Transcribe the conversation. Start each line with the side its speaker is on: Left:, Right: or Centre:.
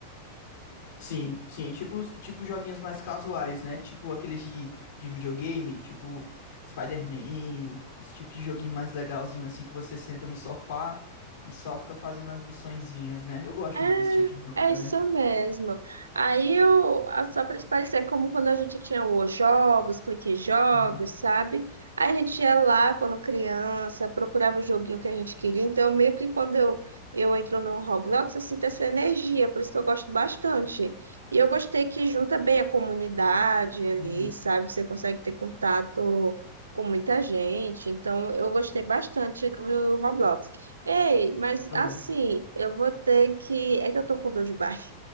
Left: Sim, sim, tipo, os- tipo joguinhos mais casuais, né? Tipo aqueles de, de videogame, tipo Spider-Man, esse tipo de joguinho mais legalzinho, assim, que você senta no sofá e só fica fazendo as missõezinhas, né? Eu gosto
Right: É,
Left: muito desse tipo de jogo também.
Right: é isso mesmo. Aí eu, a- só para parecer como quando a gente tinha os jogos, clique jogos,
Left: Uhum,
Right: sabe? Aí a gente ia lá quando criança, procurava o joguinho que a gente queria. Então, meio que quando eu, eu entro no Roblox, eu sinto essa energia, por isso que eu gosto bastante. E eu gostei que junta bem a comunidade ali,
Left: uhum,
Right: sabe? Você consegue ter contato com muita gente. Então, eu gostei bastante do Roblox. Ei, mas
Left: também.
Right: assim, eu vou ter que. É que eu tô com dor de barriga.